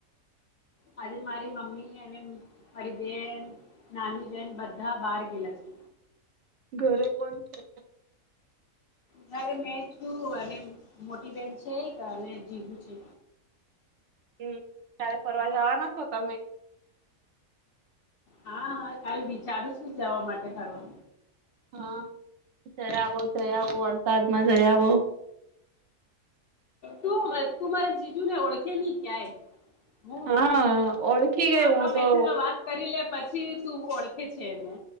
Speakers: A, on the left; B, on the right.
A: આજે મારી મમ્મી અને મારી બેન નાની બેહેન બધા બહાર ગયેલા છે.
B: ઘરે કોણ છે.
A: ઘરે મેં છું અને મોટી બેન છે અને જીજુ છે.
B: હમ ત્યારે ફરવા જવા ના છો તમે
A: હા કાલે વિચારું છું જવા માટે ફરવા
B: હા જ ઈઆવો જઈ આવો વરસાદમાં જઈ આવો
A: તું તું મારા જીજુને ઓળખે નહી ક્યાં હું
B: હા ઓળખી ગઈ
A: આખા
B: હું તો
A: મેસેજ વાત કરી લે પછી તું ઓળખે છે એને